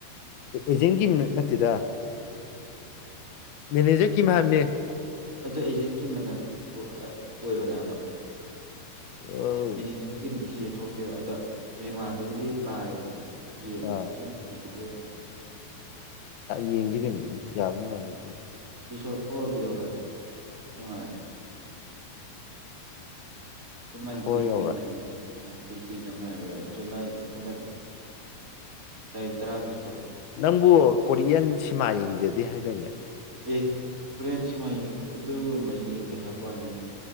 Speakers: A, on the left (about 80°); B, on the right (about 20°).
A: ꯑꯦꯖꯦꯟꯒꯤ ꯅꯠꯇꯦꯗ ꯃꯦꯅꯦꯖꯔ ꯀ ꯃꯌꯥꯝꯅꯦ
B: ꯑ ꯑꯦꯖꯦꯟꯀꯤ ꯃꯅꯜ ꯑꯣꯏꯕꯅꯦꯕ
A: ꯑꯧ
B: ꯃꯤꯅꯤ ꯊꯤ ꯊꯣꯛꯇꯦꯕ ꯑꯗ ꯃꯦꯔꯋꯥꯗꯨꯕꯨꯗꯤ ꯄꯥꯔꯦꯗꯅ ꯌꯦꯡꯕꯁꯨ
A: ꯑꯥ
B: ꯇꯤꯟꯅꯅꯨꯡꯉꯥꯏꯕꯗꯤ ꯑꯣꯏꯅ
A: ꯌꯦꯡꯁꯤ ꯀꯩꯅꯣ ꯌꯥꯕ ꯅꯨꯡꯉꯥꯏ
B: ꯁꯣ ꯐꯣꯔꯗꯤ ꯌꯧꯔꯑꯔꯕꯅꯤ ꯅꯨꯡꯉꯥꯏꯌꯦ ꯑꯗꯨꯃꯥꯏ
A: ꯐꯣꯔ
B: ꯀꯨꯏ
A: ꯌꯧꯔꯦ
B: ꯀꯨꯏꯅꯥꯏ ꯀꯨꯏ ꯀꯨꯏꯅ ꯉꯥꯏꯔꯕ ꯌꯥꯎꯂꯥꯏ ꯍꯟꯗꯛ ꯇꯥꯏ ꯇꯔꯥ ꯑꯗꯨ
A: ꯅꯪꯕꯨ ꯀꯣꯔꯤꯌꯟ ꯁꯤꯃꯥ ꯌꯦꯡꯖꯗꯦ ꯍꯥꯏꯗꯣꯏꯅꯦ
B: ꯑꯦ ꯈꯨꯔꯤꯌꯥꯟꯁꯤꯃ ꯑꯗꯨꯒꯨꯝꯕ ꯌꯦꯡꯗꯦ ꯍꯥꯏꯕ ꯋꯥꯅꯤ